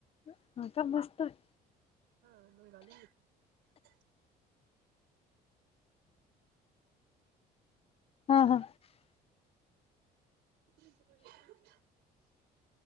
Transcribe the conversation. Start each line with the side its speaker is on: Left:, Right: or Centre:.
Left: हा का मस्त आहे.
Right: हा मग घालून घेतली.
Left: हा हा
Right: <inaudible>